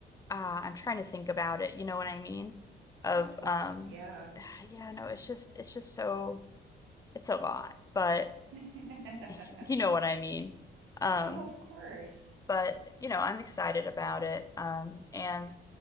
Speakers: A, on the left; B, on the right.
A: uh, I'm trying to think about it, you know what I mean? Of
B: Of course,
A: um
B: yeah.
A: <sighs> yeah, no, it's just it's just so it's a lot, but
B: <laughs>
A: <laughs> you know what I mean. Um,
B: Oh, of course.
A: but you know, I'm excited about it. Um, and